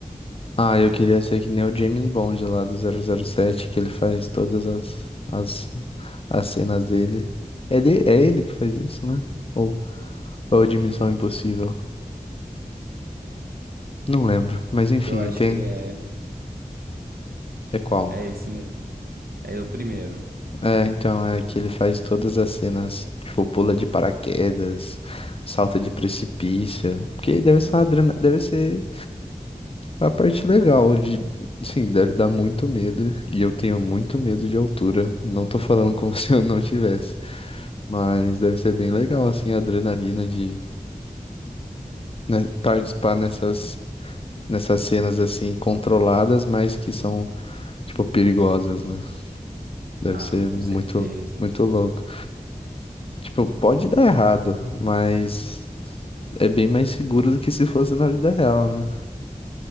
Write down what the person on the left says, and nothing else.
Ah, eu queria ser que nem o James Bond lá do zero zero sete que ele faz todas as, as, as cenas dele. É, de, é ele que faz isso, né? Ou, ou de Missão Impossível. Não lembro, mas enfim,
tem.
É qual?
É, então, é que ele faz todas as cenas, tipo, pula de paraquedas, salta de precipício. Porque deve ser uma adrena... deve ser a parte legal de. Sim, deve dar muito medo. E eu tenho muito medo de altura. Não tô falando como <laughs> se eu não tivesse. Mas deve ser bem legal, assim, a adrenalina de né, participar nessas, nessas cenas, assim, controladas, mas que são, tipo, perigosas, né? Deve
ser
muito,
muito louco. Tipo, pode dar errado, mas é bem mais seguro do que se fosse na vida real, né?